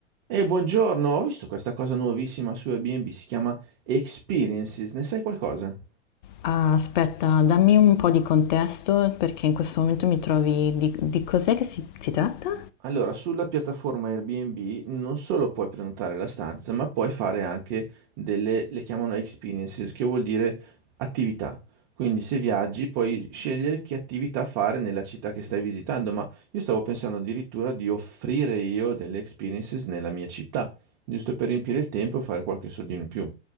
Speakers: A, on the right; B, on the left.
A: E buongiorno, ho visto questa cosa nuovissima su Airbnb, si chiama Experiences, ne sai qualcosa?
B: Ah, aspetta, dammi un po' di contesto perché in questo momento mi trovi... Di, di cos'è che si, si tratta?
A: Allora, sulla piattaforma Airbnb non solo puoi prenotare la stanza, ma puoi fare anche delle, le chiamano Experiences, che vuol dire attività. Quindi se viaggi puoi scegliere che attività fare nella città che stai visitando, ma io stavo pensando addirittura di offrire io delle Experiences nella mia città, giusto per riempire il tempo e fare qualche soldino in più.